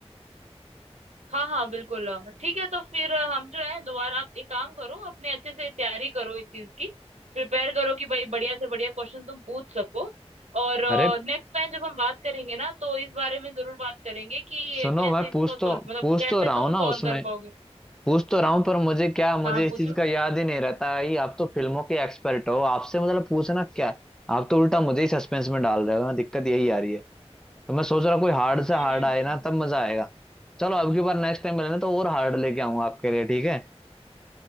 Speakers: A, on the right; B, in the centre.
A: हाँ हाँ बिल्कुल अ, ठीक है तो फिर अ, हम जो है दोबारा आप एक काम करो अपने अच्छे से तैयारी करो इस चीज की प्रिपेयर करो कि भाई बढ़िया से बढ़िया क्वेश्चन तुम पूछ सको और
B: अरे
A: नेक्स्ट टाइम जब हम बात करेंगे ना तो इस बारे में जरूर बात करेंगे कि
B: सुनो
A: ये कैसे
B: मैं
A: इसको
B: पूछ
A: सोल्व
B: तो
A: मतलब
B: पूछ
A: कैसे
B: तो रहा
A: तुम
B: हूँ ना
A: सोल्व
B: उसमें
A: कर पाओगे
B: पूछ तो रहा हूँ पर मुझे क्या मुझे
A: हाँ
B: इस
A: पूछो
B: चीज का याद ही नहीं रहता है आप तो फिल्मों के एक्सपर्ट हो आपसे मतलब पूछना क्या है? आप तो उल्टा मुझे ही सस्पेंस में डाल रहे हो ना दिक्कत यही आ रही है तो मैं सोच रहा कोई हार्ड से
A: हम्म
B: हार्ड
A: हम्म
B: आए ना
A: हम्म।
B: तब मजा आएगा चलो अब की बार नेक्स्ट टाइम मिलना तो और हार्ड लेके आऊंगा आपके लिए ठीक है